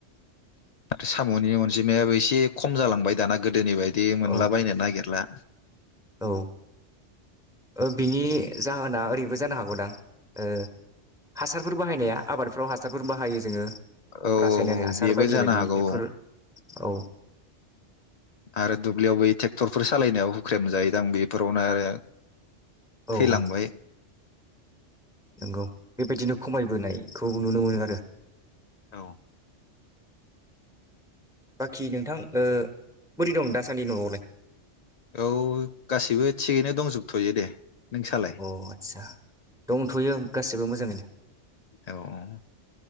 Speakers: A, on the left; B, in the centre.
A: आरो साम'नि अनजिमायाबो एसे खम जालांबाय दाना गोदोनि बाय दि मोनला
B: औ
A: बायनो नागिरला।
B: औ ओ बिनि जाहोना ओरैबो जानो हागौदां ओ हासारफोर बाहायनाया आबादफ्राव हासारफोर बाहायो जोङो
A: औ
B: रासायनारि
A: औ औ
B: हासार
A: बेबो
B: बायदि
A: जानो
B: बायदि
A: हागौ
B: बेफोर
A: औ।
B: औ
A: आरो दुब्लियावबो ट्रेक्टरफोर सालायनायाव हुख्रेम जायोदां बेफोरावनो आरो
B: औ
A: थैलांबाय
B: नंगौ बेबायदिनो खमायबोनायखौ नुनो मोनो आरो
A: औ
B: बाखि नोंथां ओ बोरै दं दासान्दि न'आवलाय
A: औ गासिबो थिगैनो दंजोबथ'यो दे नोंसालाय
B: अ आस्सा दंथ'यो गासिबो मोजाङैनो
A: औ औ